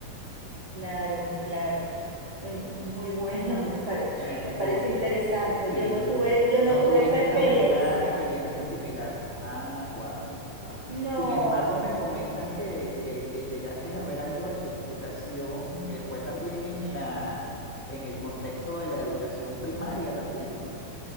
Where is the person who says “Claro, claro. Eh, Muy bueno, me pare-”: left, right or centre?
Right